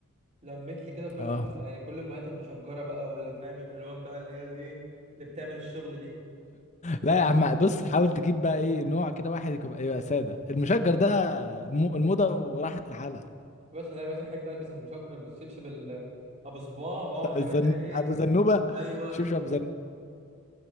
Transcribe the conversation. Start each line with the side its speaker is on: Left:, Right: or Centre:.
Right: لميت لي كده كل
Left: اه
Right: ما يعني كل المايات المشجره بقى والفاهم الالوان بقى اللي هي الايه اللي بتعمل الشغل دي
Left: لا يا عم بص حاول تجيب بقى ايه نوع كده واحد يكون يبقى ساده المشجر ده م- الموضه وراحت لحالها
Right: بس لا يا باشا أنا احب البس المشجر بالشبشب ال- ابو صباع واقعد
Left: <laughs>
Right: يا
Left: الزن...
Right: باشا ايه
Left: ابو زنوبه
Right: ايوه
Left: شبشب ابو زنوبه